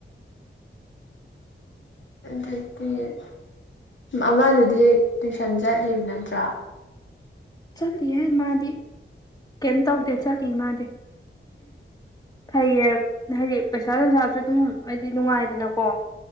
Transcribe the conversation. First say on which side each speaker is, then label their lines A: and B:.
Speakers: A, on the left; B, on the left.
A: ꯊꯛꯇꯦ <unintelligible> ꯑꯃꯗꯨꯗꯤ ꯇꯨꯁꯟ ꯆꯠꯂꯤꯕ ꯅꯠꯇ꯭ꯔꯥ
B: ꯆꯠꯂꯤꯍꯦ ꯃꯥꯗꯤ ꯀꯩꯝ ꯇꯧꯗꯦ ꯆꯠꯂꯤ ꯃꯥꯗꯤ ꯐꯩꯌꯦ ꯍꯥꯏꯗꯤ ꯄꯩꯁꯥ ꯅꯨꯡꯁꯥꯁꯨ ꯑꯗꯨꯝ ꯍꯥꯏꯗꯤ ꯅꯨꯡꯉꯥꯏꯗꯅꯀꯣ